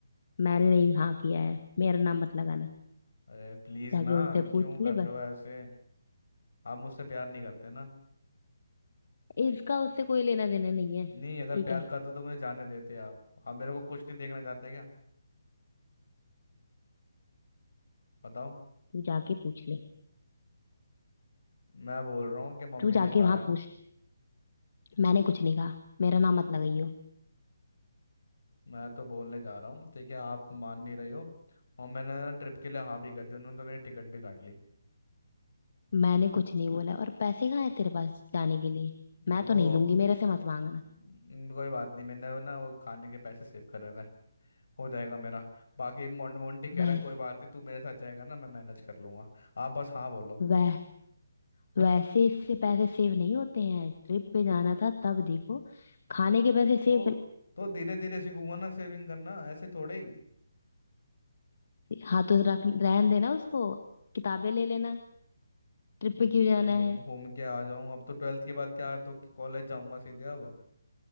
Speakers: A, on the left; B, on the left.
A: मैंने नहीं हाँ किया है मेरा नाम मत लगाना
B: अरे प्लीज
A: जाके
B: ना
A: उनसे पूछ
B: क्यों कर
A: ले
B: रहे
A: बस
B: हो ऐसे आप मुझसे प्यार नहीं करते ना
A: इसका उससे कोई लेना देना नहीं है
B: नहीं अगर
A: ठीक
B: प्यार
A: है
B: करते तो मुझे जाने देते आप आप मेरे को कुछ नहीं देखना चाहते क्या बताओ
A: तू जाके पूछ ले
B: मैं बोल रहा हूँ कि मम्मी
A: तू
B: ने
A: जाके
B: कहा
A: वहां
B: है
A: पूछ मैंने कुछ नहीं कहा मेरा नाम मत लगाइयो
B: मैं तो बोलने जा रहा हूँ ठीक है आप मान नहीं रही हो और मैंने ना ट्रिप के लिए हाँ भी कर दी उन्होंने तो मेरी टिकट भी काट ली
A: मैंने कुछ नहीं बोला और पैसे कहाँ है तेरे पास जाने के लिए
B: और
A: मैं तो
B: वो
A: नहीं दूंगी मेरे से मत मांगना
B: न- कोई बात नहीं मैंने वो ना वो खाने के पैसे सेव कर रहे थे हो जाएगा मेरा बाकी मोन, मोंटी कह
A: वैस
B: रहा है कोई बात नहीं तू मेरे साथ जाएगा ना मैं मैनेज कर लूंगा आप बस हाँ बोलो
A: वह वैसे इससे पैसे सेव नहीं होते हैं ट्रिप पे जाना था तब देखो खाने के पैसे सेव
B: तो
A: कर
B: तो धीरे धीरे सीखूंगा ना सेविंग करना ऐसे थोड़े ही
A: हाथों रख रहन देना उसको किताबें ले लेना ट्रिप
B: मैं
A: पे क्यों जाना है
B: घूम के आ जाऊं अब तो ट्वेल्थ के बाद क्या है तो कॉलेज जाऊंगा सीधे अब